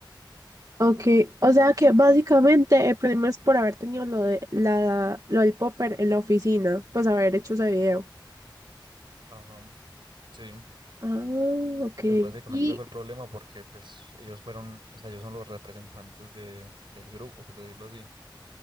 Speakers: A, on the right; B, on the right.
A: Ok, o sea que básicamente el problema es por haber tenido lo de la lo del popper en la oficina, pues haber hecho ese video.
B: Ajá, sí.
A: Ah, ok.
B: Pues básicamente
A: Y
B: ese fue el problema porque pues ellos fueron, o sea, ellos son los representantes de, del grupo, por decirlo así.